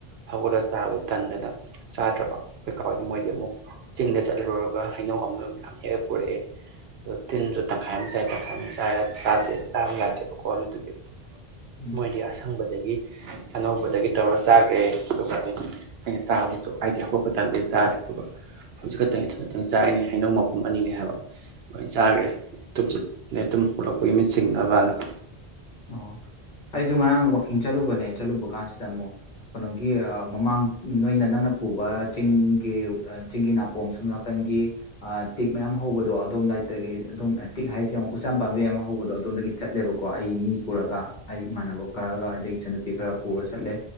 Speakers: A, on the right; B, on the left.
A: ꯍꯧꯒꯠꯂꯒ ꯆꯥꯕꯗꯣ ꯇꯟꯗꯅ ꯆꯥꯗ꯭ꯔꯕ ꯀꯩꯀꯥꯎꯗꯤ ꯃꯣꯏꯗꯤ ꯑꯃꯨꯛ ꯆꯤꯡꯗ ꯆꯠꯂꯨꯔꯒ ꯍꯩꯅꯧ ꯑꯃꯅ ꯃꯌꯥꯝ ꯍꯦꯛ ꯄꯨꯔꯛꯑꯦ ꯇꯤꯟꯖꯨ ꯇꯪꯈꯥꯏꯃꯥ ꯆꯥꯏ ꯇꯪꯈꯥꯏꯃꯥ ꯆꯥ ꯌꯥ ꯆꯥ ꯌꯥꯗꯦꯕꯀꯣ ꯑꯗꯨꯗꯨꯒꯤ
B: ꯎꯝ
A: ꯃꯣꯏꯗꯤ ꯑꯁꯪꯕꯗꯒꯤ ꯑꯅꯧꯕꯗꯒꯤ ꯇꯧꯔ ꯆꯥꯈ꯭ꯔꯦ ꯑꯗꯨꯒ ꯑꯩꯗꯤ ꯑꯩꯅ ꯆꯥꯕꯗ ꯍꯥꯏꯗꯤ ꯍꯧꯒꯠꯄ ꯇꯗꯤ ꯆꯥꯗ꯭ꯔꯦ ꯑꯗꯨ ꯍꯧꯖꯤꯛ ꯈꯛꯇꯪ ꯏꯊꯪ ꯈꯇꯪ ꯆꯥꯔꯤꯅꯦ ꯑꯩꯅꯧ ꯃꯄꯨꯝ ꯑꯅꯤꯅꯦ ꯍꯥꯏꯕ ꯂꯣꯏ ꯆꯥꯈ꯭ꯔꯦ ꯇꯨꯝ ꯆ ꯇꯨꯝ ꯍꯧꯒꯠꯂꯛꯄꯒꯤ ꯃꯤꯠ ꯁꯤꯡꯅꯕꯅ
B: ꯑꯣ ꯑꯩꯗꯣ ꯉꯔꯥꯡ ꯋꯥꯋꯥꯛꯀꯤꯡ ꯆꯠꯂꯨꯕꯅꯦ ꯆꯠꯂꯨꯕ ꯀꯥꯟꯁꯤꯗ ꯑꯃꯨꯛ ꯀꯩꯅꯣꯒꯤ ꯃꯃꯥꯡ ꯅꯣꯏꯅ ꯅꯪꯅ ꯄꯨꯕ ꯆꯤꯡꯒꯤ ꯆꯤꯡꯒꯤ ꯅꯥꯄꯣꯝ ꯁꯨꯝ ꯅꯥꯀꯟꯒꯤ ꯑ ꯇꯤꯛ ꯃꯌꯥꯝ ꯍꯧꯕꯗꯣ ꯑꯗꯣꯝꯗꯥꯏꯇꯒꯤ ꯑꯣꯝ ꯇꯤꯛ ꯍꯥꯏꯁꯦ ꯑꯃꯨꯛ ꯎꯝ ꯄꯥꯝꯕꯤꯌꯥꯝ ꯑꯃ ꯍꯧꯕꯗꯣ ꯑꯗꯣꯝꯗꯒꯤ ꯆꯠꯂꯦꯕꯀꯣ ꯑꯩ ꯃꯤ ꯄꯨꯔꯒ ꯑꯩ ꯏꯃꯥꯟꯅꯕ ꯈꯔꯒ ꯑꯗꯒꯤ ꯏꯆꯟꯅꯨꯄꯤ ꯈꯔ ꯄꯨꯔ ꯆꯠꯂꯦ